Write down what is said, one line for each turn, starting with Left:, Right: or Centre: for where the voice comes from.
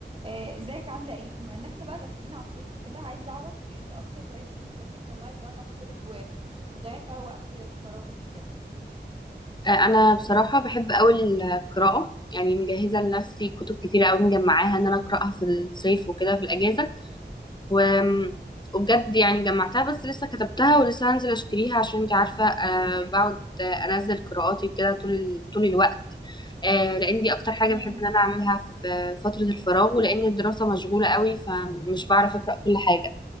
Right: آه، ازيك عاملة ايه؟ بما ان احنا بقى داخلين على الصيف وكده عايزة اعرف ايه اكتر هوايات انت بتحبي تطلعي فيها طاقتك و- وتضيعي فيها وقت فراغك وكده
Left: انا بصراحه بحب قوي القراءه يعني مجهزه لنفسي كتب كتيره قوي مجمعاها ان انا اقراها في الصيف وكده في الاجازه و... وبجد يعني جمعتها بس لسه كتبتها ولسه هنزل اشتريها عشان انت عارفه أه بقعد انزل قراءاتي كده طول ال... طول الوقت أه لان دي اكتر حاجه
Right: امم
Left: بحب ان انا اعملها في فتره الفراغ ولان الدراسه مشغوله قوي فمش بعرف اقرا كل حاجه